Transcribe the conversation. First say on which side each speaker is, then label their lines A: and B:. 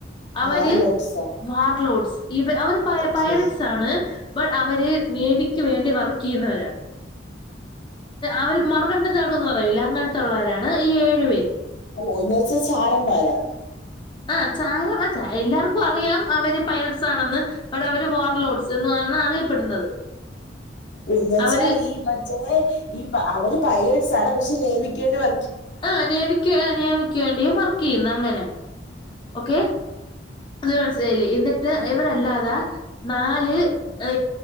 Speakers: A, on the left (about 25°); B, on the left (about 80°).
A: അവർ
B: വാർലോഡ്സാ
A: വാർലോഡ്സ് ഇ അവര് പ
B: ഓക്കെ
A: പൈലറ്റ്സ് ആണ് ബട്ട് അവര് നേവിക്ക് വേണ്ടി വർക്ക് ചെയ്യുന്നവരാണ് അവര് മറുകണ്ടം. ചാടും അറിയില്ല അങ്ങനത്തള്ളവരാണ് ഈ ഏഴു പേര്
B: ഓന്നച്ച ചാരന്മാരാ
A: ആ ചാര എല്ലാവർക്കും അറിയാം അവര് പൈരട്സ് ആണെന്ന് അവിടെ അവര് വോർലോഡ്സ് എന്ന് എന്ന അറിയപ്പെടുന്നത്
B: ഒന്നവച്ചാ
A: അവര്
B: ഈ മറ്റേ ഈ അവര് പയരിച്ചാണ് പക്ഷെ നേേവിക്കേണ്ടി വ
A: ആ തേവിക്ക് നേവിക്ക് വേണ്ടി വർക്ക് ചെയ്യുന്നത് അങ്ങനെ ഓക്കെ അത് മനസിലായില്ലേ എന്നിട്ട് ഇവരല്ലാതെ നാല് a